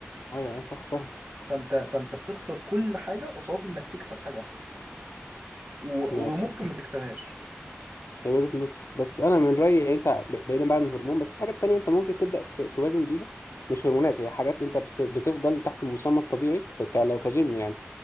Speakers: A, on the left; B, on the right.
A: ايوه ايوه صح فاهم
B: فانت فانت بتخسر كل حاجه قصاد انك تكسب حاجه واحده و-
A: هي
B: وممكن ما تكسبهاش
A: هي وجهة نظر بس انا من رايي يعني انت ب- بعيدا بقى عن الهرمون بس في حاجات تانية انت ممكن تبدا ت- توازن بيها مش هرمونات هي حاجات انت بت- بتفضل تحت المسمى الطبيعي ف- ك- لو كجيم يعني